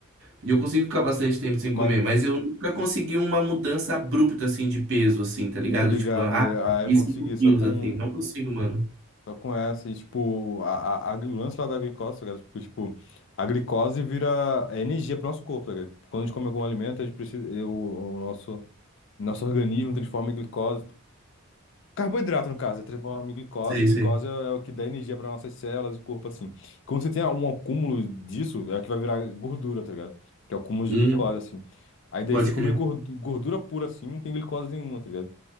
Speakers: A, on the right (about 55°); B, on the left (about 55°).
A: E eu consigo ficar bastante tempo sem
B: Mas,
A: comer, mas eu nunca consegui uma mudança abrupta, assim, de peso, assim, tá ligado?
B: tô ligado.
A: Tipo, ah,
B: é,
A: perdi
B: Aí eu consegui
A: 5
B: só
A: quilos,
B: com.
A: assim, não consigo, mano.
B: Só com essa. E, tipo, a, a, a, o lance lá da glicose, tá ligado? Porque, tipo, a glicose vira é energia pro nosso corpo, tá ligado? Quando a gente come algum alimento, a gente precisa. eu- o nosso. Nosso organismo transforma em glicose. Carboidrato, no caso, é transformado em glicose.
A: Sei,
B: Glicose
A: sei.
B: é é o que dá energia para nossas células, o corpo, assim. Quando você tem um acúmulo disso, é o que vai virar gordura, tá ligado? Que é o acúmulo de
A: Hum,
B: glicose, assim. Aí daí,
A: pode
B: você comer
A: crer.
B: gordu- gordura pura, assim, não tem glicose nenhuma, tá ligado?